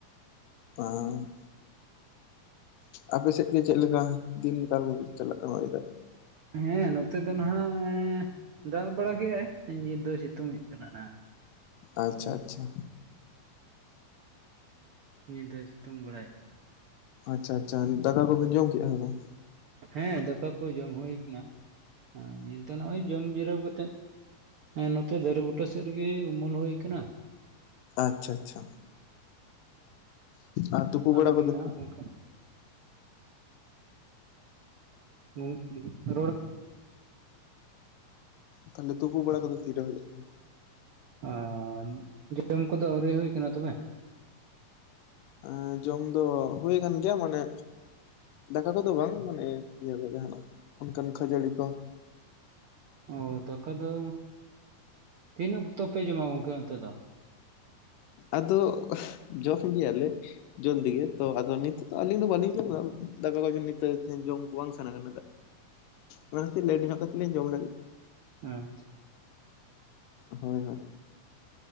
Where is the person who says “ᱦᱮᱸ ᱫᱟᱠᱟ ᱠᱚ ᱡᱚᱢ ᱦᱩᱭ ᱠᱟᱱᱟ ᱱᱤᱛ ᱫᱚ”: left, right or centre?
Right